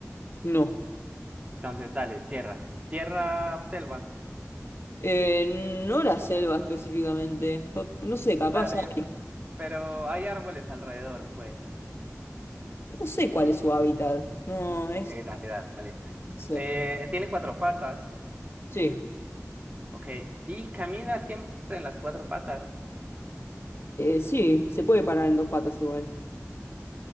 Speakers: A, on the left; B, on the right.
A: no.
B: Entonces, dale, tierra. Tierra, selva.
A: Eh, no la selva específicamente. Po- No sé, capaz
B: Dale,
A: hay-
B: pero hay árboles alrededor, pues.
A: No sé cuál es su hábitat. No, es.
B: Ok, dale, dale.
A: No, no sé.
B: Eh, tiene cuatro patas.
A: Sí.
B: Ok. Y camina siempre en las cuatro patas,
A: Eh, sí, se puede parar en dos patas igual.